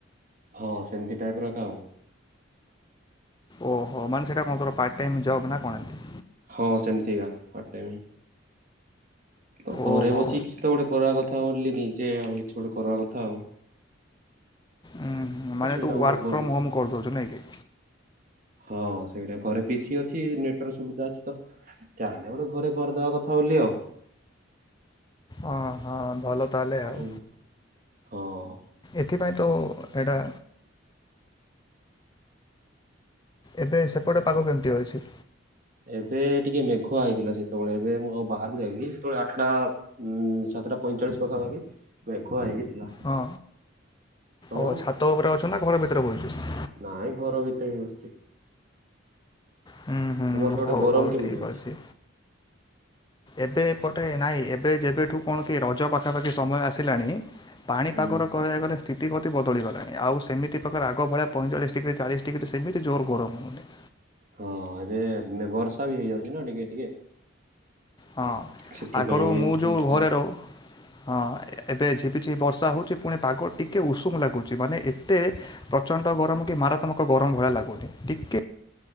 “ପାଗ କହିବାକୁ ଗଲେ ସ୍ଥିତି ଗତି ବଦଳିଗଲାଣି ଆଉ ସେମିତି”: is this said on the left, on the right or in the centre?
Left